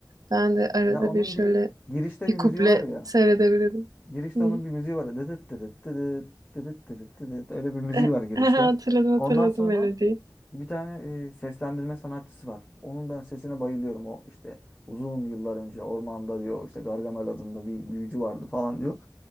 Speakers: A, on the right (about 55°); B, on the left (about 20°).
A: ben de arada
B: ya onun
A: bir şöyle
B: bir girişte
A: bir
B: bir müziği
A: kuple
B: var ya.
A: seyredebilirim.
B: Girişte
A: Hı.
B: onun bir müziği var. ya, Dıdıt dırıt dıdıt dırıt dırıt dıdıt. Öyle bir müziği
A: E,
B: var girişte.
A: <laughs> Hatırladım hatırladım
B: Ondan sonra
A: melodiyi.
B: bir tane e, seslendirme sanatçısı var. Onun ben sesine bayılıyorum. O işte uzun yıllar önce ormanda diyor işte Gargamel adında bir büyücü vardı falan diyor.